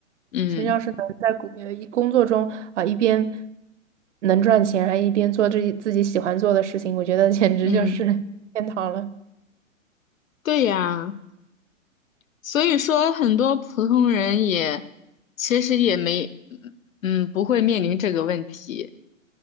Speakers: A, on the left; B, on the right.
A: 嗯
B: 其实要是能在工呃一工作中啊、一边能赚钱，还一边做自己自己喜欢做的事情，我觉得简直就是
A: 嗯，
B: <laughs> 天堂了。
A: 对呀。所以说，很多普通人也其实也没，嗯，不会面临这个问题，